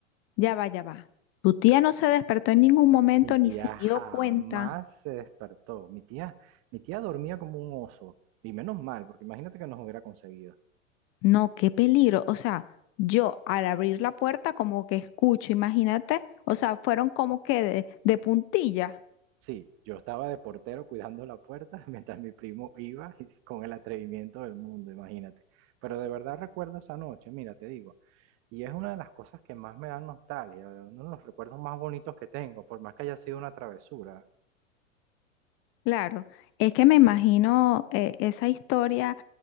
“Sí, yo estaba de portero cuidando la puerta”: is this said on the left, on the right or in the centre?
Right